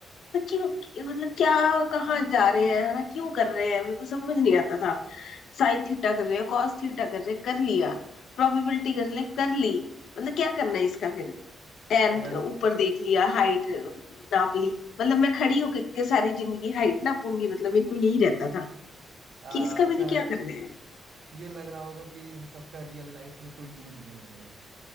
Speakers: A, on the left; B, on the right.
A: तो क्यों क्यों- मतलब क्या कहाँ जा रहे हैं है ना क्यों कर रहे हैं मेरे को समझ नहीं आता था साइन थीटा कर रहे हैं cos थीटा कर रहे हैं कर लिया प्रोबेबिलिटी कर ले कर ली मतलब क्या करना है इसका फिर टेन
B: वेल,
A: ऊपर देख लिया हाइट नाप ली मतलब मैं खड़ी होके के सारी जिंदगी हाइट नापूंगी मतलब मेरे को यही रहता था
B: आ,
A: कि इसका
B: अच्छा
A: मैंने क्या करना है
B: ये लग रहा होगा कि इन सब का रियल लाइफ में कोई यूज नहीं है